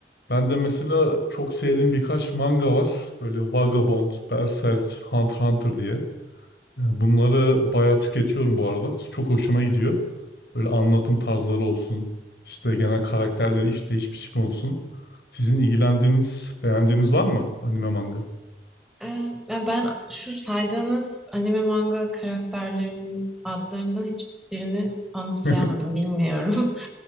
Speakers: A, on the left (about 65°); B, in the centre.
A: ben de mesela çok sevdiğim birkaç manga var. Böyle Vagabond, Berserk, Hunter x Hunter diye. Yani Bunları bayağı tüketiyorum bu aralar. Çok hoşuma gidiyor. Böyle anlatım tarzları olsun. işte genel karakterleri işleyiş biçimi olsun. Sizin ilgilendiğiniz, beğendiğiniz var mı anime manga?
B: Ee, ya ben şu saydığınız anime manga karakterlerinin adlarından hiçbirini anımsayamadım,
A: <laughs>
B: bilmiyorum. <laughs>